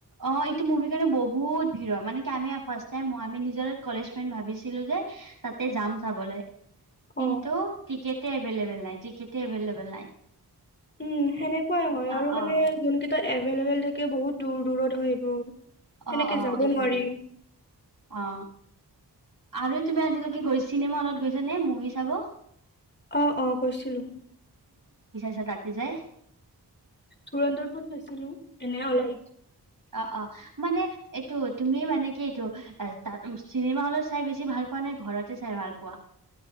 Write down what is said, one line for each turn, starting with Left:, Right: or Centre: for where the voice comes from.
Right: অ। টো মুভিৰ কাৰণে বহুত ভিৰ মানে কি আমি ফাৰ্ষ্ট টাই আমি নিজৰ কলেজ ফ্ৰেণ্ড ভাবিছিলো যে ত তাতে যাম চাবলৈ। কিন্তু
Left: অ',
Right: টিকটে এভেইলেবল নাই, টিকট এভেইলেবল নাই।
Left: উম। সেনেকুৱাই হয়
Right: অ
Left: আৰু
Right: অ
Left: মানে যোন কেইটাত এভেইলেবল থাকে বহুত দূৰ দূৰত হয় এইবোৰ। সেনেকে
Right: অ অ
Left: যাব
Right: এতিয়া
Left: নোৱাৰি।
Right: অ আৰু তুমি আজিলৈকে গৈ চিনেমা হলত গৈছা নে মুভি চাব?
Left: অ অ গৈছিলো।
Right: ছতপি যাই <unintelligible>
Left: ধুৰন্ধৰ খন চাইছিলো। এনে অলপ,
Right: অ অ মানে এইটো তুমি মানে কি এইটো তাত চিনেমা হলত চাই বেছি ভাল পোৱা নে ঘৰতে চাই ভাল পোৱা?